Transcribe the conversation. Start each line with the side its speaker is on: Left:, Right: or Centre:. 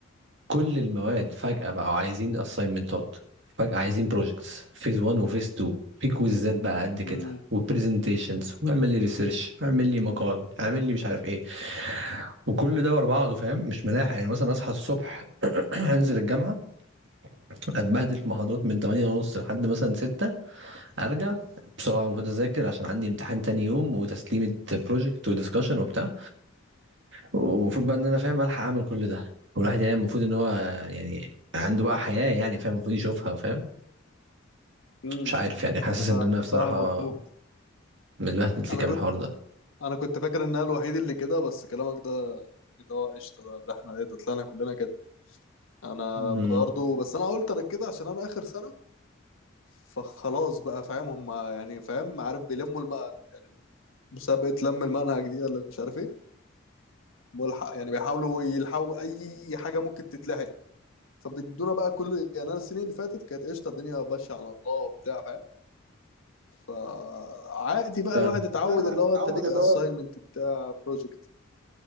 Right: كل المواد فجاه بقوا عايزين اساينمنتات فجاه عايزين بروجكتس فيز 1 وفيز 2 في كويزات بقى قد كده
Left: امم
Right: وبرزنتيشنز واعمل لي ريسيرش اعمل لي مقال اعمل لي مش عارف ايه وكل ده ورا بعضه فاهم مش ملاحق يعني مثلا اصحى الصبح <clears throat> انزل الجامعه اتبهدل في محاضرات من 8 ونص لحد مثلا 6 ارجع بسرعه المفروض اذاكر عشان عندي امتحان تاني يوم وتسليمه بروجكت ودiscussion وبتاع ومفروض بقى ان انا فاهم الحق اعمل كل ده والواحد يعني المفروض ان هو يعني عنده بقى حياه يعني فاهم المفروض يشوفها فاهم
Left: امم
Right: مش عارف يعني حاسس
Left: انا
Right: ان
Left: فاهم
Right: انا بصراحه
Left: فاهمك موت
Right: متبهدل في
Left: انا
Right: كام
Left: كنت
Right: الحوار ده
Left: انا كنت فاكر ان انا الوحيد اللي كده بس كلامك ده اللي هو قشطه ده, ده احنا ايه ده طلعنا كلنا كده انا
Right: امم
Left: برضه بس انا قلت انا كده عشان انا اخر سنه فخلاص بقى فاهم هم يعني فاهم عارف بيلموا الم... يعني مسابقة لم المنهج دي ولا مش عارف ايه ملحق يعني بيحاولوا يلحقوا اي حاجة ممكن تتلحق فبيدونا بقى كل يعني انا السنين اللي فاتت كانت قشطة الدنيا ماشية على الله وبتاع فاهم فعادي بقى
Right: فاهم
Left: الواحد اتعود
Right: بقى الواحد
Left: اللي هو
Right: اتعود
Left: انت ليك
Right: اللي
Left: اساينمنت
Right: هو
Left: بتاع بروجكت